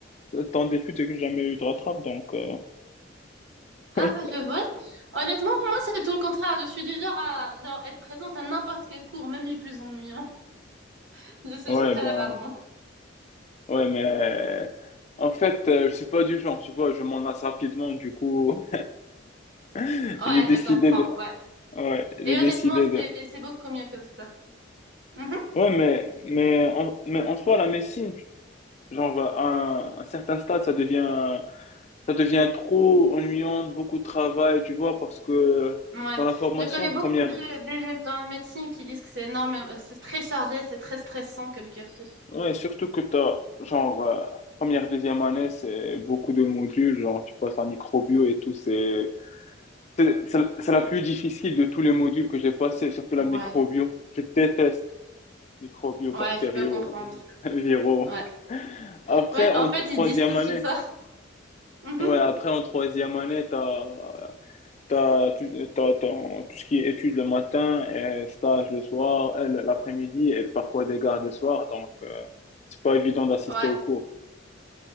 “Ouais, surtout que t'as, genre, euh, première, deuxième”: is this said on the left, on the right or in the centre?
Left